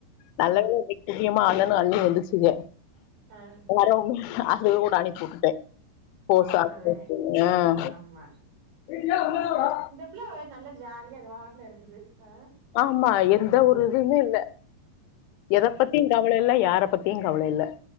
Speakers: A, on the right (about 75°); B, on the left (about 85°).
A: அ
B: நல்லவேல இன்னிக்கு புண்ணியமா அண்ணனு அண்ணியு வந்துச்சுங்க
A: ஆன்
B: வரவ்ங்களுக்கு அதோட அனுப்பிவுட்டுட்டே அ
A: அவ்ளோதே ஆமா ப்ல நல்ல ஜாலியா அது வாட்டுல இருக்குது அ
B: ஆமா எந்த ஒரு இதுமே இல்ல எத
A: ம்
B: பத்தியுங் கவல இல்ல யார பத்தியுங் கவல இல்ல